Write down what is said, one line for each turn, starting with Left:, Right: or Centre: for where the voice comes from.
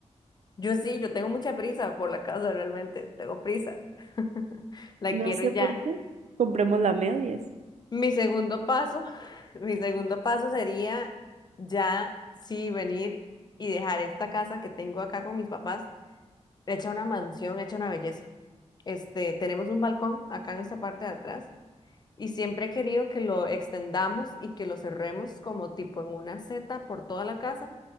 Left: Yo sí, yo tengo mucha prisa por la casa realmente, tengo prisa. <laughs> La
Right: No
Left: quiero
Right: sé
Left: ya.
Right: por qué. Compremos la medias.
Left: Mi segundo paso, <laughs> mi segundo paso sería ya sí venir y dejar esta casa que tengo acá con mis papás, hecha una mansión, hecha una belleza. Este, tenemos un balcón acá en esta parte de atrás y siempre he querido que lo extendamos y que lo cerremos como tipo en una seta por toda la casa.